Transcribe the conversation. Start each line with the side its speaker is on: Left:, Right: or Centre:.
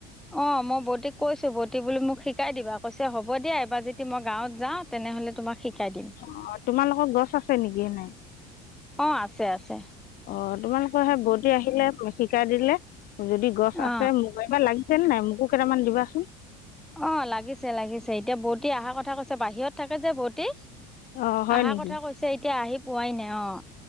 Centre: অঁ, মই বৌতিক কৈছো, বৌটি বুলে মোক শিকাই দিবা কৈছে হ'ব দিয়া, এবাৰ যদি মই গাঁৱত যাওঁ তেনেহ'লে তোমাক শিকাই দিম
Left: অঁ, তোমালোকৰ গছ আছে নেকি এনে।
Centre: অঁ আছে আছে।
Left: অঁ তোমালোকৰ সেই বৌটি আহিলে শিকাই দিলে যদি গছ
Centre: অ
Left: আছে মোক এবাৰ লাগ <unintelligible> নাই, মোকো কেইটামান দিবাচোন।
Centre: অঁ, লাগিছে- লাগিছে এতিয়া বৌতি অহাৰ কথা কৈছে, বাহিৰত থাকে যে বৌতি।
Left: অঁ হয়
Centre: অহা
Left: নেকি
Centre: কথা কৈছে এতিয়া, আহি পোৱাই নাই অঁ।